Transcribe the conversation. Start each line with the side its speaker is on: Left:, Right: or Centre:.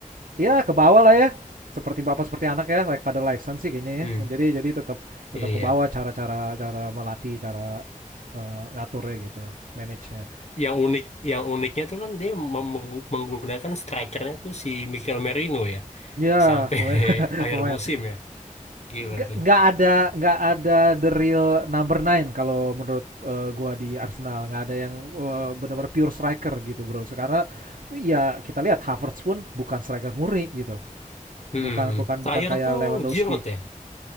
Right: ya ke bawah lah ya seperti bapak seperti anak ya like father like son sih kayaknya
Left: hmm,
Right: ya jadi jadi tetap tetap
Left: iya.
Right: ke bawah cara-cara cara melatih cara eh, ngaturnya gitu manage nya
Left: Yang unik yang uniknya tuh kan dia mem- menggu- menggunakan strikernya tuh si Mikel Merino ya
Right: ya
Left: sampai
Right: pemain
Left: <laughs>
Right: <laughs>
Left: akhir
Right: pemain
Left: musim ya. Gila
Right: nggak
Left: tuh.
Right: ada nggak ada the real number nine kalau menurut eh, gua di Arsenal nggak ada yang eh, benar-benar pure striker gitu bro sekarang ya kita lihat Havertz pun bukan striker murni gitu
Left: Hmm. hmm,
Right: Bukan
Left: hmm.
Right: bukan
Left: Terakhir
Right: bukan kayak
Left: tuh
Right: Lewandowski.
Left: Giroud ya.